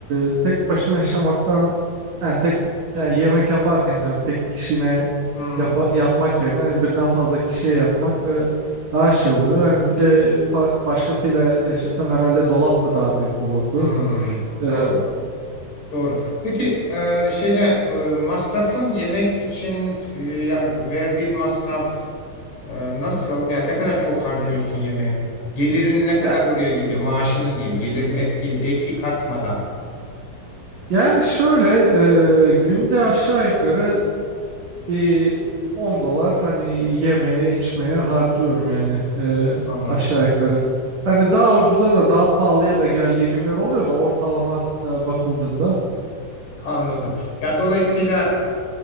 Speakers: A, on the right; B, on the left.
A: e, tek başına yaşamaktan yani tek yani yemek yaparken yani tek kişine
B: Hmm.
A: yapa- yapmak yerine hani birden fazla kişiye yapmak e, daha şey oluyor. Hani bir de fa- başkasıyla yaşasam herhalde dolap da daha büyük olurdu.
B: Hmm.
A: E,
B: Doğru. Doğru. Peki e, şeyde e, masrafın yemek için e, ya verdiğin masraf Ee, nasıl? Yani ne kadar çok harcıyorsun yemeğe? Gelirin ne kadar
A: ya-
B: oraya gidiyor? Maaşının diyeyim. Gelir ek, eki katmadan.
A: yani şöyle e, günde aşağı yukarı bir 10 dolar hani yemeye içmeye harcıyorum yani e,
B: Anladım.
A: aşağı yukarı. Hani daha ucuza da daha pahalıya da geldiği günler oluyor da ortalama e, bakıldığında.
B: Anladım. Yani dolayısıyla